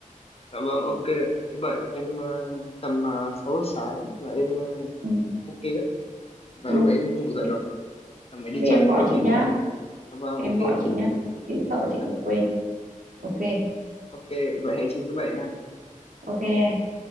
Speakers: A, on the left; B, on the right.
A: Dạ vâng, ok. Thứ bảy em ờ, tầm uh, 6 giờ sáng là em ờ,
B: ừ
A: ok đấy. Và
B: ừ
A: lúc ấy em ngủ dậy
B: thế
A: rồi. Tầm mới
B: có
A: đi
B: gì
A: chạy
B: em gọi
A: mát
B: chị
A: mẻ.
B: nhá
A: Dạ vâng,
B: em
A: ok
B: gọi chị
A: chị.
B: nhá chị sợ chị
A: Được.
B: cũng quên ok
A: Ok, vậy hẹn chị thứ bảy nha.
B: ok em